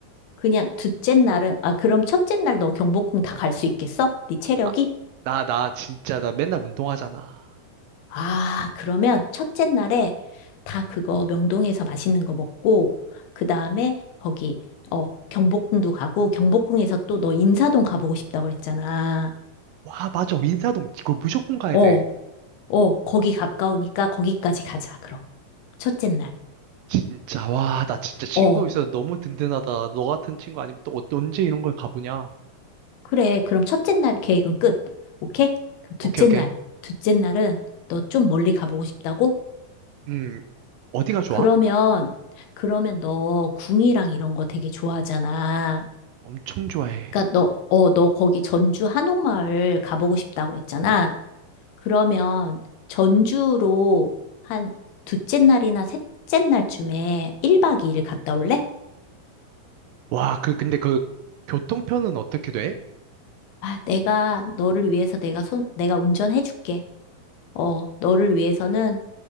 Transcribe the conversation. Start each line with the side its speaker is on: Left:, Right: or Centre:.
Left: 그냥 둘째 날은 아 그럼 첫째 날 너 경복궁 다 갈 수 있겠어? 네 체력이?
Right: 아, 나, 나 진짜 나 맨날 운동하잖아.
Left: 아, 그러면 첫째 날에 다 그거 명동에서 맛있는 거 먹고, 그 다음에 거기, 어, 경복궁도 가고, 경복궁에서 또 너 인사동 가보고 싶다고 그랬잖아.
Right: 와, 맞아. 인사동. 이거 무조건 가야
Left: 어,
Right: 돼.
Left: 어, 거기 가까우니까 거기까지 가자, 그럼. 첫째 날.
Right: 진짜, 와, 나 진짜 친구
Left: 어,
Right: 있어서 너무 든든하다. 너 같은 친구 아니면 또 어- 언제 이런 걸 가보냐?
Left: 그래. 그럼 첫째 날 계획은 끝. 오케이? 그럼
Right: 오케이,
Left: 둘째
Right: 오케이.
Left: 날. 둘째 날은 너 좀 멀리 가보고 싶다고?
Right: 음, 어디가 좋아?
Left: 그러면, 그러면 너 궁이랑 이런 거 되게 좋아하잖아.
Right: 엄청 좋아해.
Left: 그러니까 너, 어, 너 거기 전주 한옥마을 가보고 싶다고 그랬잖아. 그러면 전주로 한 둘째 날이나 셋째 날쯤에 1박 2일 갔다 올래?
Right: 와, 그, 근데 그, 교통편은 어떻게 돼?
Left: 아, 내가 너를 위해서 내가 손, 내가 운전해 줄게. 어, 너를 위해서는